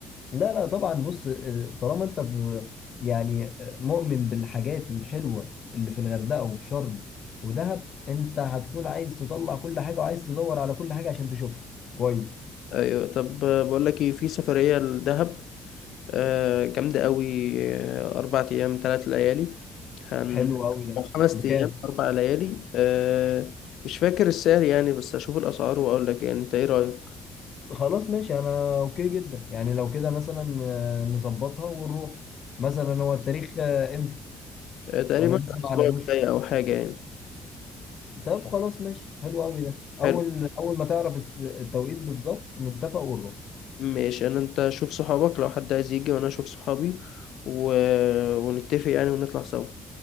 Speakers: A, on the left; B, on the left.
A: لا لا طبعا بص آه، طالما انت ب- يعني آه، مؤمن بالحاجات الحلوة اللي في الغردقة وفي شرم ودهب انت هتكون عايز تطلع كل حاجة وعايز تدور على كل حاجة عشان تشوفها كويس
B: أيوة طب آه، بقول لك إيه في سفرية لدهب آه، جامدة أوي آه، أربع أيام تلات ليالي هن
A: حلو قوي ده
B: أو خمس
A: بكام
B: أيام أربع ليالي آه، مش فاكر السعر يعني بس أشوف الأسعار وأقول لك يعني أنت إيه رأيك؟
A: خلاص ماشي انا اوكي جدا يعني لو كده مثلا آه، نظبطها ونروح مثلا هو التاريخ آه، امتى
B: آه، تقريبا
A: ولا لسه
B: الأسبوع
A: ما اعلنوش
B: الجاي أو حاجة يعني
A: طب خلاص ماشي حلو قوي ده اول
B: حلو
A: اول ما تعرف الس- التوقيت بالظبط نتفق ونروح
B: ماشي أنا أنت شوف صحابك لو حد عايز يجي وأنا أشوف صحابي و... ونتفق يعني ونطلع سوا